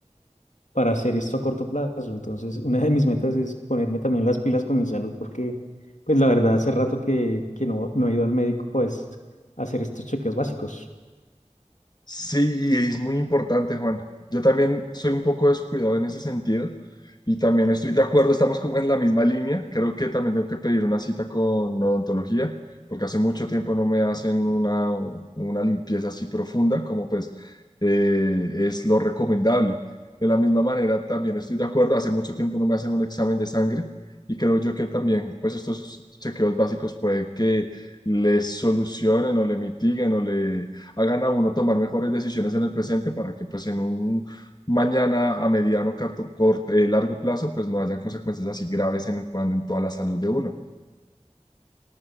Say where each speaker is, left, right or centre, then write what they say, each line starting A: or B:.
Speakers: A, on the left; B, on the left.
A: para hacer esto a corto plazo. Entonces, <laughs> una de mis metas es ponerme también las pilas con mi salud, porque, pues la verdad, hace rato que, que no, no he ido al médico, pues, a hacer estos chequeos básicos.
B: Sí, y es muy importante, Juan. Yo también soy un poco descuidado en ese sentido y también estoy de acuerdo, estamos como en la misma línea. Creo que también tengo que pedir una cita con odontología porque hace mucho tiempo no me hacen una, una limpieza así profunda como pues eh, es lo recomendable. De la misma manera, también estoy de acuerdo, hace mucho tiempo no me hacen un examen de sangre y creo yo que también pues estos chequeos básicos puede que les solucionen o le mitiguen o le hagan a uno tomar mejores decisiones en el presente para que pues en un mañana a mediano, corto, corto, eh, largo plazo, pues no hayan consecuencias así graves en, cuan- en toda la salud de uno.